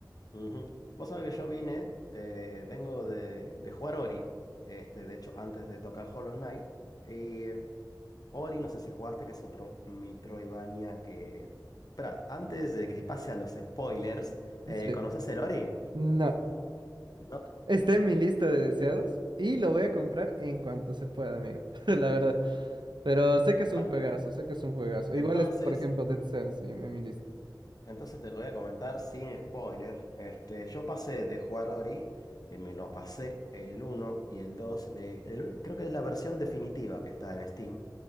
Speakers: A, on the left; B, on the right.
A: ujú. Vos sabés que yo vine, eh, vengo de, de jugar Ori, este, de hecho, antes de tocar Hollow Knight. Y Ori, no sé si jugaste, que es otro Metroidvania que... Espera, antes de que pase a los spoilers, eh,
B: Sí.
A: ¿conoces el Ori?
B: No,
A: No.
B: está en mi lista de deseados, y lo voy a comprar en cuanto se pueda, amigo, <laughs> la verdad. Pero sé que es
A: Bueno,
B: un juegazo, sé que es un juegazo.
A: entonces...
B: Igual está, por ejemplo, Dead Cells en en mi lista.
A: Entonces te lo voy a comentar sin spoiler. Este, yo pasé de jugar Ori, eh, me lo pasé el uno y el 2. le- el- creo que es la versión definitiva que está en Steam.